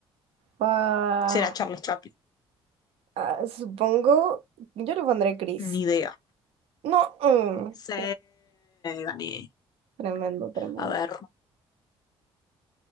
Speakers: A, on the right; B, on the left.
A: Ah,
B: Será Charles Chaplin,
A: Ah, supongo, yo lo pondré gris.
B: ni idea.
A: No, mm,
B: Sí, gané.
A: tremendo, tremendo.
B: A ver,